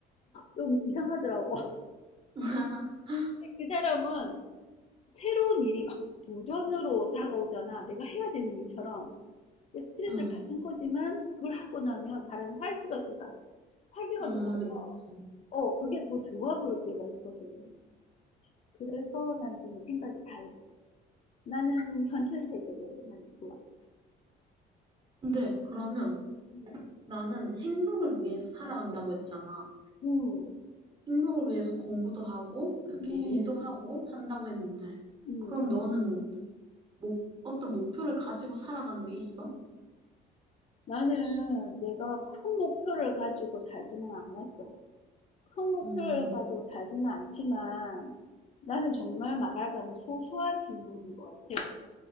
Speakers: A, on the left (about 40°); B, on the right (about 30°).
A: 좀 이상하더라고. <laughs>
B: <laughs>
A: 그 사람은 새로운 일이 막 도전으로 다가오잖아. 내가 해야 되는 일처럼. 근데 스트레스를
B: 응
A: 받는 거지만 그걸 하고 나면 사람이 활기가 돋아. 활기가
B: 응
A: 돌아서
B: 그치.
A: 어, 그게 더 좋아 보일 때가 있거든. 그래서 난 좀 생각이 달라. 나는 현실 세계를 나는 좋아.
B: 근데 그러면
A: 음,
B: 나는 행복을 위해서 살아간다고 했잖아.
A: 음,
B: 행복을 위해서 공부도 하고, 이렇게
A: 음,
B: 일도 하고 한다고
A: 음.
B: 했는데,
A: 음.
B: 그럼 너는 목, 어떤 목표를 가지고 살아가는 게 있어?
A: 나는 내가 큰 목표를 가지고 살지는 않았어. 큰 목표를
B: 음,
A: 가지고 살지는 않지만 나는 정말 말하자면 소소한 행복인 것 같아.